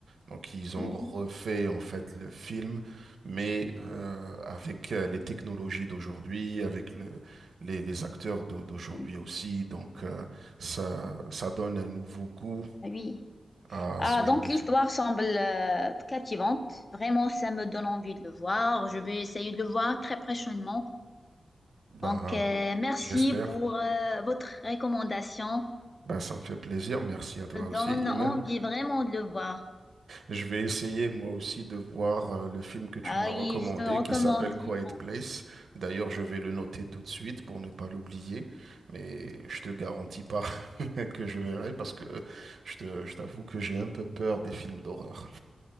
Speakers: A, on the right; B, on the left.
A: Donc ils
B: hmm,
A: ont refait en fait le film, mais euh, avec euh, les technologies d'aujourd'hui, avec le les, les acteurs d'au- d'aujourd'hui
B: hmm.
A: aussi. Donc, euh, ça, ça donne un nouveau goût
B: Ah oui.
A: à
B: Ah,
A: ce genre
B: donc
A: de
B: l'histoire
A: film.
B: semble euh, captivante. Vraiment, ça me donne envie de le voir. Je vais essayer de le voir très prochainement.
A: Ben,
B: Donc, euh, merci
A: j'espère.
B: pour euh, votre recommandation.
A: Ben, ça me fait plaisir. Merci à toi
B: me donne
A: aussi, Iman.
B: envie vraiment de le voir.
A: Je vais essayer moi aussi de voir euh, le film que tu
B: Ah
A: m'as recommandé
B: oui, je te recommande
A: qui s'appelle
B: vivement.
A: Quiet Place. D'ailleurs, je vais le noter tout de suite pour ne pas l'oublier, mais je te garantis pas <laughs> que je verrai parce que je te, je t'avoue que j'ai un peu peur des films d'horreur.